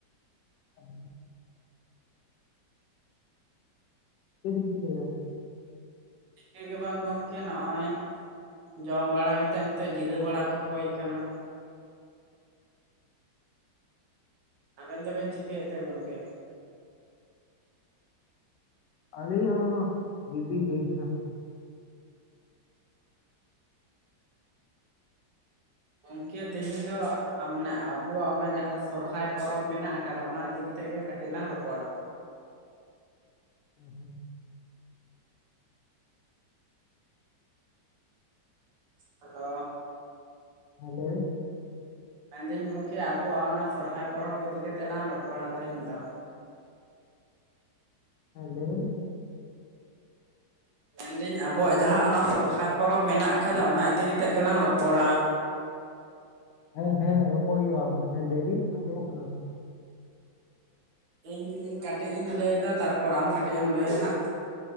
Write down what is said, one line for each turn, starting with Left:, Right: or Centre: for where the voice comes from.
Left: <inaudible> ᱪᱮᱫ ᱵᱤᱱ ᱪᱤᱠᱟᱭ ᱫᱟ
Right: ᱪᱮᱫᱹ ᱜᱮ ᱵᱟᱝ ᱜᱚᱢᱠᱮ ᱱᱚᱜᱼᱚᱭ ᱡᱚᱢ ᱵᱟᱲᱟ ᱠᱟᱛᱮᱫ ᱱᱤᱛᱚᱜ ᱡᱤᱨᱟᱣ ᱵᱟᱲᱟ ᱠᱚ ᱦᱩᱭ ᱟᱠᱟᱱᱟ ᱟᱵᱮᱱ ᱫᱚᱵᱮᱱ ᱪᱤᱠᱟᱹᱭᱮᱫ ᱛᱮ ᱜᱚᱝᱠᱮ
Left: ᱟᱞᱤᱧ ᱦᱚᱸ ᱜᱤᱛᱤᱡ ᱦᱤᱭ ᱠᱟᱱᱟ
Right: ᱜᱚᱢᱠᱮ ᱛᱮᱦᱮᱧ ᱫᱚ ᱢᱟᱱᱮ ᱟᱵᱚᱣᱟᱜ ᱚᱱᱟ ᱡᱟᱦᱟᱸ ᱥᱚᱨᱦᱟᱭ ᱯᱚᱨᱚᱵᱽ ᱢᱮᱱᱟᱜ ᱟᱠᱟᱫᱟ ᱚᱱᱟ ᱤᱫᱤ ᱠᱟᱛᱮᱫ ᱜᱮ ᱠᱟᱹᱴᱤᱡ ᱠᱟᱴᱤ ᱞᱟᱝ ᱨᱚᱯᱚᱲ ᱟ
Left: <inaudible>
Right: ᱦᱮᱞᱳ
Left: ᱦᱮᱞᱳ
Right: ᱢᱮᱱᱫᱟᱹᱧ ᱜᱚᱝᱠᱮ ᱟᱵᱚᱣᱟᱜ ᱚᱱᱟ ᱥᱚᱨᱦᱟᱭ ᱯᱚᱨᱚᱵᱽ ᱤᱫᱤ ᱠᱟᱛᱮ ᱞᱟᱝ ᱨᱚᱯᱚᱲᱟ ᱛᱮᱦᱮᱧ ᱫᱚ
Left: ᱦᱮᱞᱳ
Right: ᱢᱮᱱᱫᱟᱹᱧ ᱟᱵᱚᱣᱟᱜ ᱡᱟᱦᱟᱸ ᱚᱱᱟ ᱥᱚᱨᱦᱟᱭ ᱯᱚᱨᱚᱵᱽ ᱢᱮᱱᱟᱜ ᱟᱠᱟᱫᱟ ᱚᱱᱟ ᱤᱫᱤ ᱠᱟᱛᱮ ᱜᱮᱞᱟᱝ ᱨᱚᱯᱚᱲᱟ
Left: ᱦᱮᱸ ᱦᱮᱸ ᱨᱚᱯᱚᱲ ᱦᱩᱭᱩᱜᱼᱟ ᱦᱮᱸ ᱞᱟᱹᱭ ᱵᱤᱱ ᱟᱸᱡᱚᱢᱚᱜ ᱠᱟᱱᱟ
Right: ᱤᱧ ᱠᱟᱹᱴᱤᱡ ᱤᱧ ᱞᱟᱹᱭᱮᱫᱟ ᱛᱟᱨᱯᱚᱨ ᱟᱢ ᱠᱟᱹᱴᱤᱡ ᱮᱢ ᱞᱟᱹᱭᱟ ᱠᱷᱟᱱ